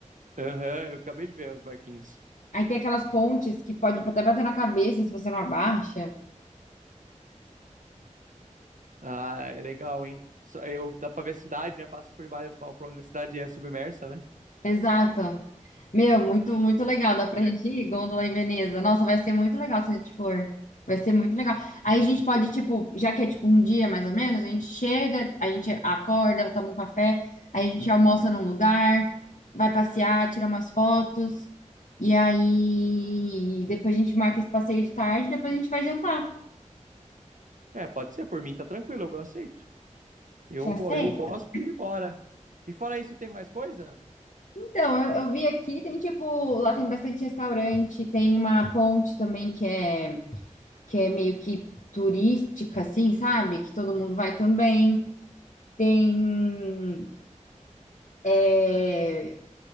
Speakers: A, on the right; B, on the left.
A: Aham, eu acabei de ver os barquinhos.
B: Aí tem aquelas pontes que pode até bater na cabeça se você não abaixa.
A: Ah, é legal, hein? Só, eu, dá pra ver a cidade, né? Passa por baixo, por onde a cidade é submersa, né?
B: Exato. Meu, muito, muito legal. Dá pra
A: Que le-
B: gente ir, Gôndola e Veneza. Nossa, vai ser muito legal se a gente for. Vai ser muito legal. Aí a gente pode, tipo, já que é tipo um dia mais ou menos, a gente chega, a gente acorda, toma um café, aí a gente almoça num lugar, vai passear, tira umas fotos, e aí depois a gente marca esse passeio de tarde, depois a gente vai jantar.
A: É, pode ser, por mim tá tranquilo, eu aceito. Eu,
B: Você aceita?
A: go- eu gosto e bora. E fora isso, tem mais coisa?
B: Então, eu, eu vi aqui, tem tipo, lá tem bastante restaurante, tem uma ponte também que é. que é meio que turística, assim, sabe? Que todo mundo vai também. Tem é,